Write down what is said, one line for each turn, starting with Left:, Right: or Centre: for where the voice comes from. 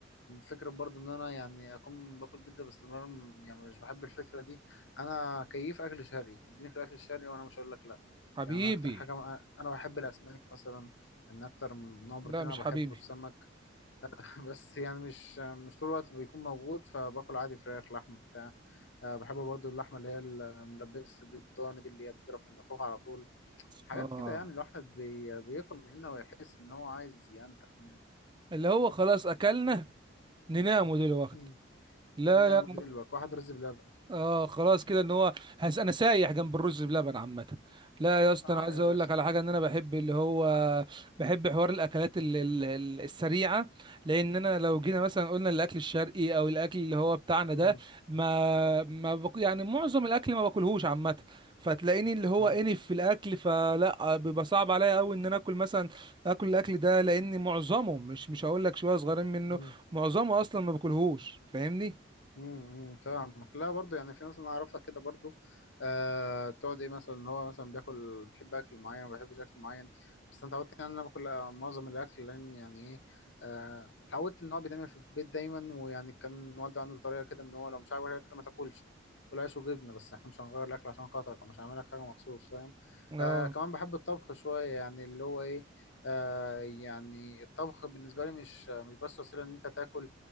Left: فكرة برضو ان انا يعني اكون باكل بيتزا باستمرار م- يعني مش بحب الفكرة دي انا كيف اكل شرقي اديني في الاكل الشرقي وانا مش هقول لك لا
Right: حبيبي
Left: يعني أنا اكتر حاجة انا بحب الاسماك مثلا ان اكتر نوع بروتين
Right: لا مش
Left: انا بحبه
Right: حبيبي
Left: السمك <laughs> بس يعني مش مش طول الوقت بيكون موجود فباكل عادي فراخ لحم بتاع أه، بحب برضو اللحمة اللي هي الملبسة دي الضاني دي اللي هي بتضرب في النافوخ على طول حاجات
Right: اه
Left: كده يعني الواحد بي... بياكل من هنا ويحس ان هو عايز ينتخ من هنا
Right: اللي هو خلاص اكلنا نناموا دلوقتي
Left: مم.
Right: لا
Left: إن انا
Right: لا
Left: موديل الوك واحد رز بلبن
Right: اه خلاص كده ان هو هس انا سايح جنب الرز بلبن عامه لا يا اسطى
Left: اه
Right: انا عايز
Left: يا
Right: اقول
Left: باشا
Right: لك على حاجه ان انا بحب اللي هو بحب حوار الاكلات ال- ال- ال- السريعه لان انا لو جينا مثلا قلنا الاكل الشرقي او الاكل اللي هو بتاعنا
Left: مم.
Right: ده ما ما بق... يعني معظم الاكل ما باكلهوش عامه فتلاقيني اللي هو
Left: مم.
Right: انف في الاكل فلا بيبقى صعب عليا قوي ان انا اكل مثلا اكل الاكل ده لان معظمه مش مش هقول لك شويه صغيرين منه
Left: مم.
Right: معظمه اصلا ما باكلهوش فاهمني
Left: امم امم، فاهمك لا برضه يعني في ناس انا اعرفها كده برضه آه تقعد ايه مثلا ان هو مثلا بياكل بيحب اكل معين ما بيحبش اكل معين بس انا اتعودت يعني ان انا باكل آه، معظم الاكل لان يعني ايه آه اتعودت ان هو بيتعمل في البيت دايما ويعني كان والدي عنده طريقه كده ان هو لو مش عاجبك الاكل ما تاكلش كل عيش وجبنه بس احنا مش هنغير الاكل عشان خاطرك او مش هنعمل لك حاجه مخصوص فاهم
Right: اه
Left: آه كمان بحب الطبخ شويه يعني اللي هو ايه آه يعني الطبخ بالنسبه لي مش مش بس وسيله ان انت تاكل